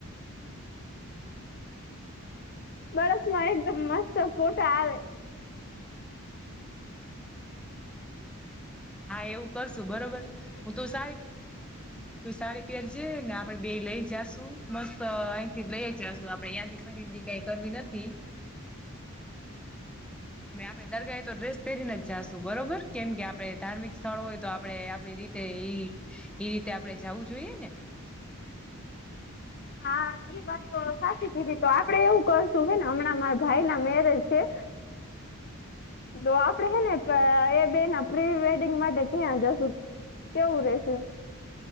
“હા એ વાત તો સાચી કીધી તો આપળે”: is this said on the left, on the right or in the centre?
Left